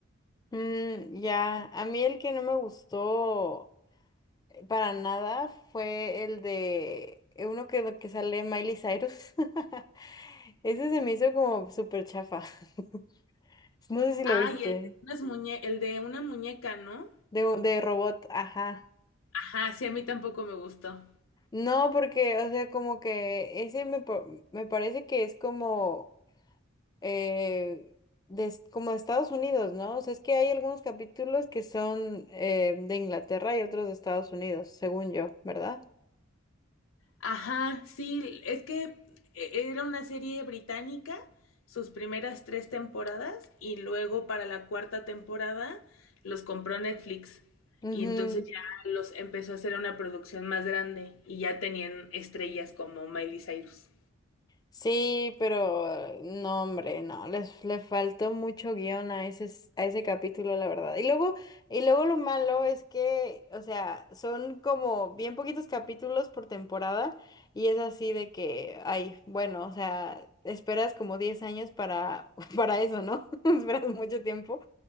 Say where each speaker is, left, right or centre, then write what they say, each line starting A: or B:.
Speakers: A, on the left; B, on the left.
A: Mm, ya, a mí el que no me gustó Para nada fue el de eh, uno que, que sale Miley Cyrus. <laughs> Ese se me hizo como súper chafa. <laughs> No sé si lo viste.
B: Ay, el de unas muñe- el de una muñeca, ¿no?
A: De, un- de robot, ajá.
B: Ajá, sí, a mí tampoco me gustó.
A: No, porque, o sea, como que ese me, pa- me parece que es como, eh, de, es- como de Estados Unidos, ¿no? O sea, es que hay algunos capítulos que son eh, de Inglaterra y otros de Estados Unidos, según yo, ¿verdad?
B: Ajá, sí, es que e- era una serie británica, sus primeras tres temporadas, y luego para la cuarta temporada los compró Netflix.
A: Ujú.
B: Y entonces ya los empezó a hacer una producción más grande y ya tenían estrellas como Miley Cyrus.
A: Sí, pero eh, no, hombre, no, les le faltó mucho guión a ese, s- a ese capítulo, la verdad. Y luego, y luego lo malo es que, o sea, son como bien poquitos capítulos por temporada y es así de que, ay, bueno, o sea, esperas como 10 años para, <laughs> para eso, ¿no? <laughs> Esperas mucho tiempo